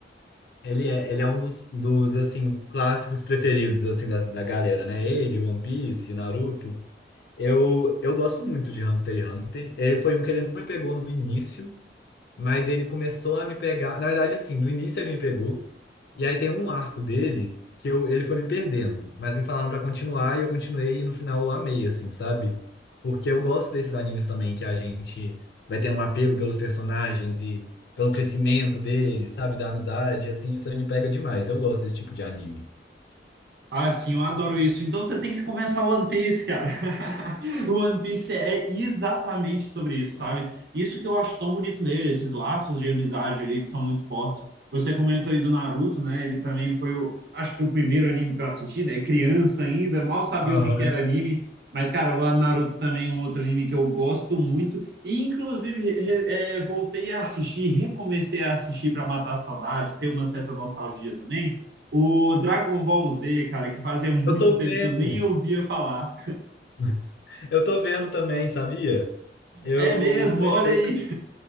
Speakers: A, on the left; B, on the right.
A: Ele é, ele é um dos, dos assim, clássicos preferidos, assim, da, da galera, né? Ele, One Piece, Naruto. Eu, eu gosto muito de Hunter x Hunter. Ele foi um que ele não me pegou no início, Mas ele começou a me pegar. Na verdade, assim, no início ele me pegou. E aí tem um arco dele que eu, ele foi me perdendo. Mas me falaram pra continuar e eu continuei. E no final eu amei, assim, sabe? Porque eu gosto desses animes também que a gente vai tendo um apego pelos personagens e pelo crescimento deles, sabe? Da amizade, assim. Isso aí me pega demais. Eu gosto desse tipo de anime.
B: Ah, sim, eu adoro isso. Então você tem que começar o One Piece, cara. <laughs> O One Piece é exatamente sobre isso, sabe? Isso que eu acho tão bonito nele, esses laços de amizade ali que são muito fortes. Você comentou aí do Naruto, né? Ele também foi o, acho que o primeiro anime que eu assisti, né? Criança ainda, mal sabia
A: Aham.
B: o que que era anime. Mas, cara, o Naruto também é um outro anime que eu gosto muito. E, inclusive, re- é, voltei a assistir, recomecei a assistir para matar a saudade, ter uma certa nostalgia também. O Dragon Ball Z, cara, que fazia muito
A: Eu tô
B: tempo
A: vendo.
B: que eu nem ouvia falar.
A: <laughs> Eu tô vendo também, sabia? Eu
B: É mesmo,
A: comecei.
B: olha aí.